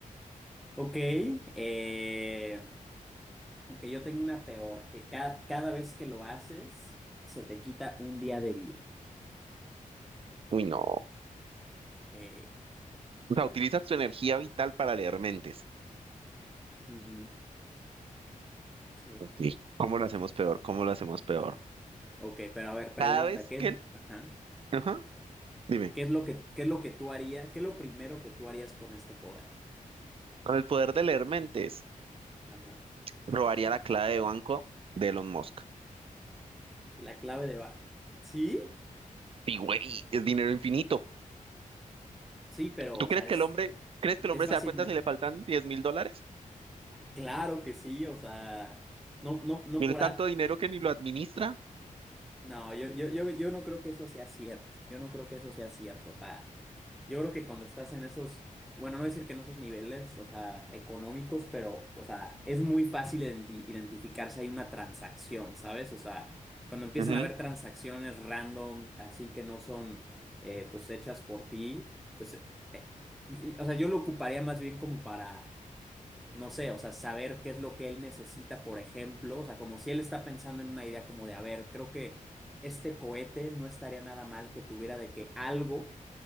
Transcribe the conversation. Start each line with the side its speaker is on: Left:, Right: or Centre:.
Centre: Ok, eh... Aunque yo tengo una peor, que ca- cada vez que lo haces, se te quita un día de vida.
Right: Uy, no.
Centre: Eh,
Right: O sea, utilizas tu energía vital para leer mentes.
Centre: ujú, sí.
Right: Sí. ¿Cómo lo hacemos peor? ¿Cómo lo hacemos peor?
Centre: Ok, pero a ver, pregunta,
Right: Cada vez
Centre: ¿qué,
Right: que...
Centre: es-
Right: el-
Centre: ajá,
Right: Ajá, dime.
Centre: ¿qué es lo que, qué es lo que tú harías? ¿Qué es lo primero que tú harías con este poder?
Right: Con el poder de leer mentes,
Centre: Ajá.
Right: robaría la clave de banco de Elon Musk.
Centre: La clave de va. ¿Sí?
Right: Sí, güey, es dinero infinito.
Centre: Sí, pero,
Right: ¿Tú
Centre: o
Right: crees
Centre: sea,
Right: que
Centre: es,
Right: el hombre, crees que el
Centre: es
Right: hombre
Centre: fácil.
Right: se da cuenta
Centre: me-
Right: si le faltan diez mil dólares?
Centre: Claro que sí, o sea, no, no, no
Right: Tiene
Centre: por
Right: tanto
Centre: algo.
Right: dinero que ni lo administra.
Centre: No, yo, yo, yo, yo no creo que eso sea cierto. Yo no creo que eso sea cierto. O sea, yo creo que cuando estás en esos, bueno, no decir que en esos niveles, o sea, económicos, pero, o sea, es muy fácil identi- identificar si hay una transacción, ¿sabes? O sea, cuando empiezan
Right: Ujú,
Centre: a haber transacciones random, así que no son, eh, pues, hechas por ti, pues, eh, y- o sea, yo lo ocuparía más bien como para no sé, o sea, saber qué es lo que él necesita, por ejemplo, o sea, como si él está pensando en una idea como de, a ver, creo que este cohete no estaría nada mal que tuviera de que algo,